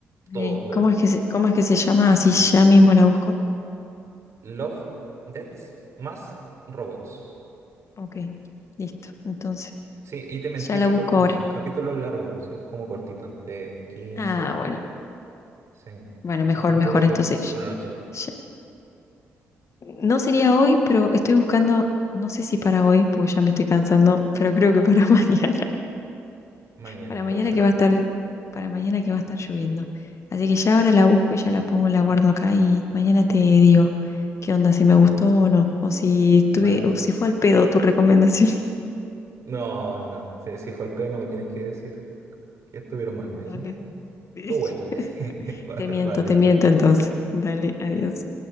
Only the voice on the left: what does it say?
Ok,
¿Cómo
es que se, cómo es que se llama? Así ya mismo la busco.
Ok, listo. Entonces,
ya la
busco
ahora.
Ah, bueno,
bueno, mejor,
mejor.
Entonces,
ya- no sería hoy, pero estoy buscando, no sé si para hoy, porque ya me estoy cansando, pero creo que para <laughs> mañana.
Para
mañana que
va
a estar, para mañana que va a estar lloviendo. Así que ya ahora la busco y ya la pongo, la guardo acá y mañana te digo qué onda, si me gustó o no, o si tuve,
o si fue al pedo tu recomendación.
<laughs>
Vale.
<laughs>
Te miento,
te miento
entonces. Dale, adiós.